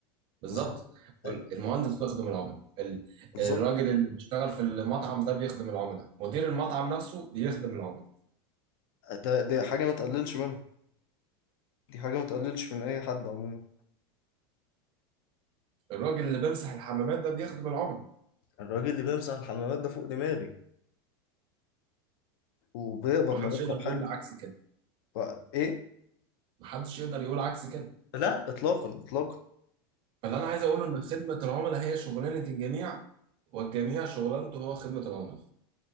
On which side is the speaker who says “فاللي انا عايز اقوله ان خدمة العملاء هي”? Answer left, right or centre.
Right